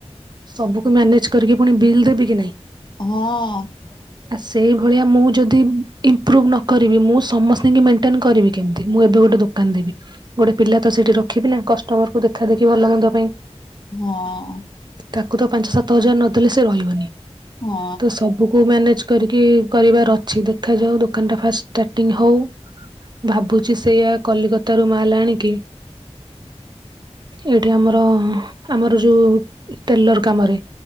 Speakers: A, on the right (about 40°); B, on the left (about 45°).
A: ସବୁ ମୁ ମ୍ୟାନେଜ୍ କରିକି ପୁଣି ବିଲ୍ ଦେବି କି ନାଇଁ।
B: ହଁ।
A: ସେଇଭଳିଆ ମୁଁ ଯଦି ଇମ୍ପ୍ରୁଭ ନ କରିବି ମୁଁ ସମସ୍ତଙ୍କୁ ମେଣ୍ଟେନ କରିବି କେମିତି ମୁଁ ଏବେ ଗୋଟେ ଦୋକାନ ଦେବି। ଗୋଟେ ପିଲା ତ ସେଠି ରଖିବି ନା କଷ୍ଟମର କୁ ଦେଖା ଦେଖି ଭଲ ମନ୍ଦ ପାଇଁ।
B: ହଁ।
A: ତାକୁ ତ ପାଞ୍ଚ ସାତ ହଜାର ନ ଦେଲେ ସେ ରହିବନି।
B: ହଁ
A: ତ ସବୁକୁ ମ୍ୟାନେଜ୍ କରିକି କରିବାର ଅଛି। ଦେଖାଯାଉ ଦୋକାନ ଟା ଫାଷ୍ଟ୍ ସ ଟିଙ୍ଗ ହଉ। ଭାବୁଛି ସେୟା କଲିକତାରୁ ମାଲ୍ ଆଣିକି ଏଇଠି ଆମର ଆମର ଯୋଉ ଟେଲର କାମରେ